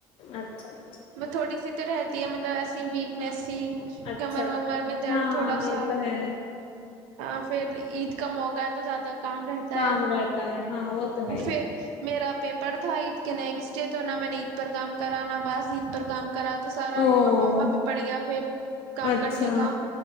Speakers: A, on the left; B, on the right.
A: اچھا اچھا <unintelligible>
B: وہ تھوڑی سی رہتی ہے مطلب ایسی ویکنس ت
A: اچھا
B: کمر ومر میں درد
A: ہاں
B: تھوڑا
A: یہ
B: سا
A: تو ہے
B: ہ پھر عید کا موقع ہے تو زیادہ کام رہتا
A: کام
B: ہے
A: رہتا ہے ہاں تو
B: وہ
A: ہے ہی
B: پھر میرا پیپر تھا عید کے نیکسٹ ڈے تو نہ میں نے عید پر کام کرا نہ بس عید پر کام کرا تو سارا
A: او
B: لوڈ مما پہ پڑ گیا پھر کام
A: اچھا
B: کرنے کا